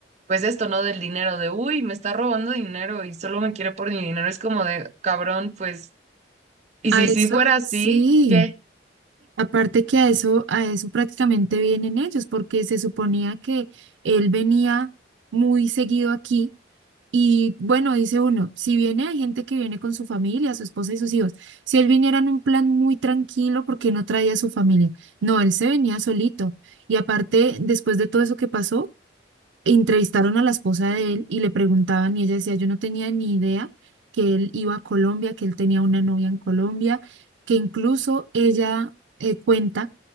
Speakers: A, on the right (about 40°); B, on the right (about 85°).
A: pues esto, ¿no? Del dinero, de, uy, me está robando dinero y solo me quiere por mi dinero. Es como de, cabrón, pues, y
B: A
A: si
B: eso,
A: sí fuera así,
B: sí.
A: ¿qué?
B: Aparte que a eso, a eso prácticamente vienen ellos, porque se suponía que él venía muy seguido aquí. Y bueno, dice uno, si viene, hay gente que viene con su familia, su esposa y sus hijos. Si él viniera en un plan muy tranquilo, ¿por qué no traía a su familia? No, él se venía solito. Y aparte, después de todo eso que pasó, entrevistaron a la esposa de él y le preguntaban y ella decía, yo no tenía ni idea que él iba a Colombia, que él tenía una novia en Colombia, que incluso ella eh, cuenta